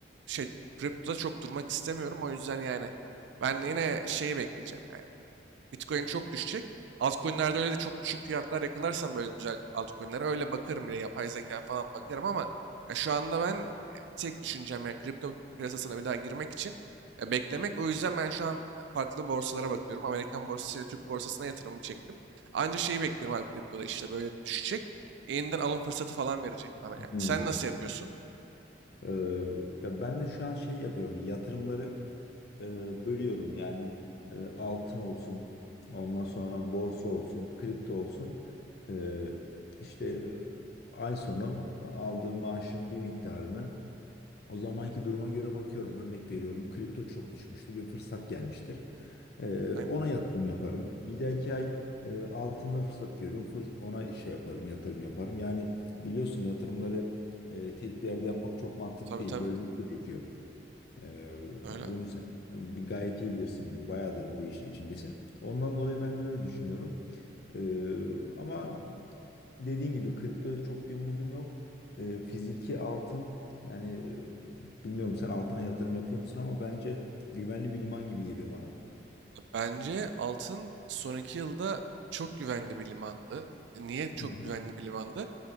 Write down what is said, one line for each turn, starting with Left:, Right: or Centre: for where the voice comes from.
Right: şey kriptoda çok durmak istemiyorum. O yüzden yani ben yine şeyi bekleyeceğim. Yani Bitcoin çok düşecek. Altcoin'lerde öyle de çok düşük fiyatlar yakalarsam böyle güzel altcoin'lere öyle bakarım. Yine yapay zeka falan bakarım ama ya şu anda ben e, tek düşüncem yani kripto piyasasına bir daha girmek için e, beklemek. O yüzden ben şu an e, farklı borsalara bakıyorum. Amerikan borsası ile Türk borsasına yatırımımı çektim. Anca şeyi bekliyorum abi kriptoda işte böyle düşecek. Yeniden alım fırsatı falan verecek bana yani.
Left: Hmm.
Right: Sen nasıl yapıyorsun?
Left: Ee, ya ben de şu an şey yapıyorum. Yatırımları e, bölüyorum. Yani e, altın olsun, ondan sonra borsa olsun, kripto olsun. Ee, işte e, ay sonu aldığım maaşın bir miktarını. O zamanki duruma göre bakıyorum. Örnek veriyorum. Kripto çok düşmüştür. Bir fırsat gelmiştir. Ee,
Right: Aynen.
Left: ona yatırım yaparım. Bir dahaki ay e, altında fırsat görüyorum. Fırs- ona şey yaparım, yatırım yaparım. Yani biliyorsun yatırımları e, tek bir yerde yapmak çok mantık
Right: Tabii
Left: değil.
Right: tabii.
Left: Bölmek gerekiyor. Ee,
Right: Öyle.
Left: bunu sen bir gayet iyi bilirsin. Çünkü bayağıdır bu işin içindesin. Ondan dolayı ben de öyle düşünüyorum. Ee, ama dediğin gibi kriptoda çok bir umudum yok. Ee, fiziki altın yani e, bilmiyorum sen altına yatırım yapıyor musun ama bence güvenli bir liman gibi geliyor bana.
Right: Bence altın son iki yılda çok güvenli bir limandı. Niye çok
Left: Hı hı.
Right: güvenli bir limandı?